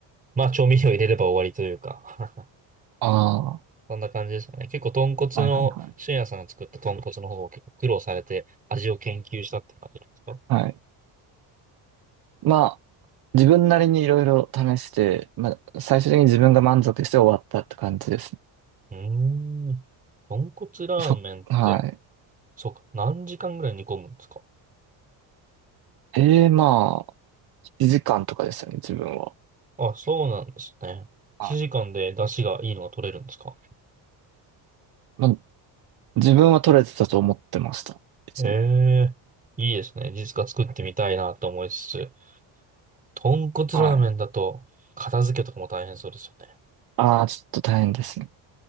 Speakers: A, on the right; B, on the right.
A: まあ、調味料入れれば終わりというか
B: ああ、
A: <laughs> そんな感じですかね。結構、豚骨の、
B: はいはいはい。
A: 俊也さんが作った豚骨の方を結構苦労されて、味を研究したって感じなんですか
B: はい。まあ、自分なりにいろいろ試して、まあ、最終的に自分が満足して終わったって感じですね。
A: うーん。豚骨ラーメンって、
B: そ、はい。
A: そうか、何時間ぐらい煮込むんですか
B: ええまあ、1時間とかですよね、自分は。
A: あ、そうなんですね。1時間で出汁がいいのが取れるんですか
B: はいまあ、自分は取れてたと思ってました。いつも。
A: ええ、いいですね。実家作ってみたいなと思いつつ、豚骨ラーメンだと片付けとかも大変そうですよね。
B: はい。ああ、ちょっと大変ですね。